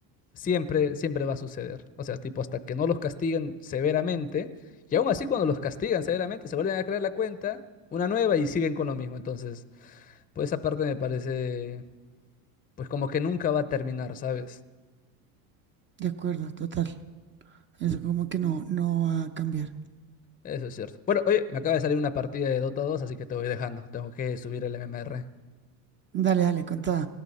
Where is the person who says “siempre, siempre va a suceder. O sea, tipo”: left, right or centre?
Left